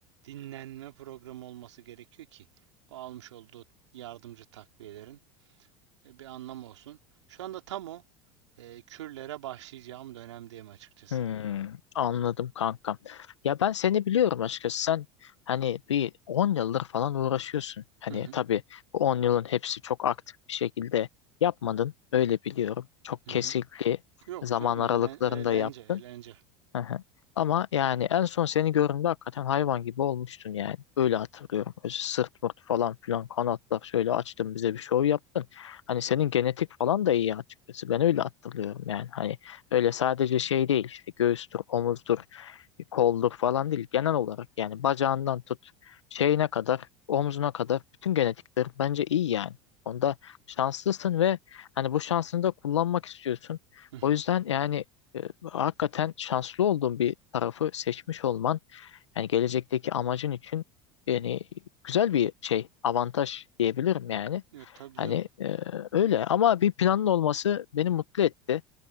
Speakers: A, on the right; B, on the left.
A: dinlenme programı olması gerekiyor ki o almış olduğu yardımcı takviyelerin e, bir anlamı olsun. Şu anda tam o e, kürlere başlayacağım dönemdeyim açıkçası.
B: Hmm, anladım kankam. Ya ben seni biliyorum açıkçası. Sen hani bir 10 yıldır falan uğraşıyorsun. Hani
A: Hı hı,
B: tabii bu 10 yılın hepsi çok aktif bir şekilde yapmadın. Öyle biliyorum. Çok
A: hı
B: kesikli
A: hı. Yok
B: zaman
A: canım
B: aralıklarında
A: eğlen- eğlence
B: yaptın.
A: eğlence.
B: Hı hı. Ama yani en son seni gördüğümde hakikaten hayvan gibi olmuştun yani. Öyle hatırlıyorum. Öyle sırt pırt falan filan kanatlar şöyle açtın bize bir şov yaptın. Hani senin genetik falan da iyi açıkçası. Ben öyle hatırlıyorum yani. Hani öyle sadece şey değil işte göğüstür, omuzdur koldur falan değil. Genel olarak yani bacağından tut şeyine kadar, omzuna kadar bütün genetikler bence iyi yani. Onda şanslısın ve hani bu şansını da kullanmak istiyorsun.
A: Hı hı.
B: O yüzden yani e, hakikaten şanslı olduğun bir tarafı seçmiş olman yani gelecekteki amacın için yani güzel bir şey, avantaj diyebilirim yani.
A: Ya tabii
B: Hani
A: canım.
B: e, öyle ama bir planın olması beni mutlu etti.